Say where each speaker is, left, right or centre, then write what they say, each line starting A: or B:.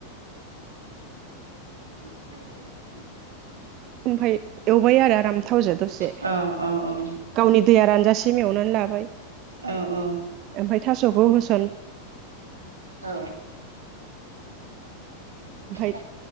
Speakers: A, on the right (about 80°); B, on the right (about 40°).
A: <unintelligible>
B: ओमफाय एवबाय आरो आराम थावजों दसे
A: अ अ अ औ
B: गावनि दैया रानजा सिम एवनानै लाबाय।
A: औ औ
B: ओमफ्राय थास'खौ होस
A: औ
B: ओमफाय
A: औ